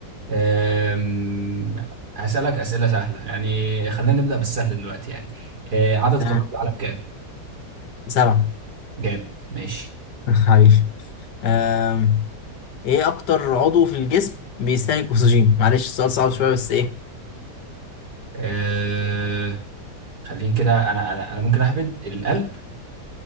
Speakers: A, on the right (about 65°); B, on the left (about 75°).
A: آم، هسالك اسئله سهله يعني خلينا نبدا بالسهل دلوقتي يعني آه عدد
B: تمام
A: قارات العالم كام
B: سبعة
A: جامد ماشي
B: <laughs> حبيبي آم، ايه اكتر عضو في الجسم بيستهلك اكسجين معلش السؤال صعب شوية بس ايه
A: آه... خليني كده انا انا انا ممكن اهبد القلب